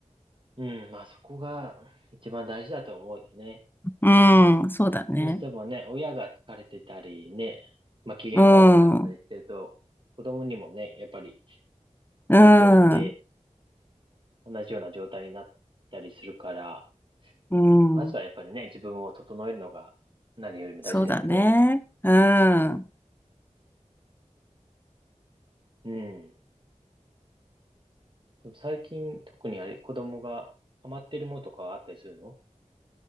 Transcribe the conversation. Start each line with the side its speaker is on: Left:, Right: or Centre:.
Right: うん。まあそこが一番大事だと思うよね。
Left: うん、そうだね。
Right: どうしてもね、親が疲れてたりね、まあ機嫌が悪かったりしてると、
Left: うん。
Right: 子供にもね、やっぱり
Left: うん。
Right: 影響して同じような状態になったりするから、
Left: うん、
Right: まずはやっぱりね、自分を整えるのが何よりも大事だよね。
Left: そうだね。うん。
Right: うん。でも最近特にあれ、子供がハマってるものとかはあったりするの